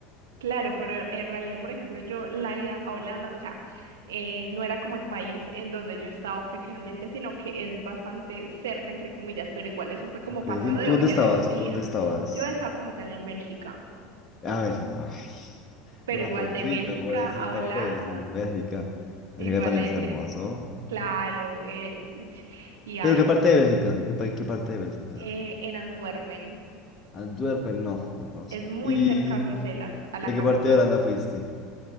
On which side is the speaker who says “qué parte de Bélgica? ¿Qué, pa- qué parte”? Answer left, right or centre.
Left